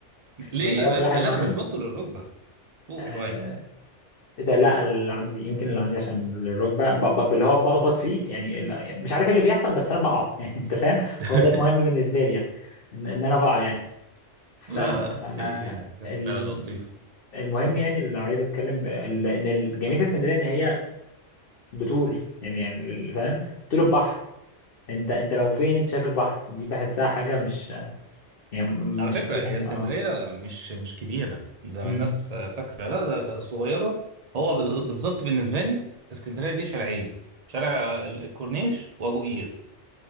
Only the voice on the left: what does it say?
يعني جربت
واحد
مرة
آه،
ايه ده لا اللي عندي يمكن اللي عندي عشان الركبة ب- ب- اللي هو بخبط فيه يعني ال- مش عارف إيه اللي بيحصل بس انا بقع <laughs> يعني انت فاهم
هو ده المهم بالنسبة لي يعني ان, إن انا بقع يعني ف
آه،
ال-
المهم يعني اللي عايز اتكلم ب- ال- ان الجميل في اسكندرية ان هي بتول يعني يعني ال- فاهم بتول البحر انت انت لو فين انت شايف البحر دي بحسها حاجة مش يعني
مش
اه
امم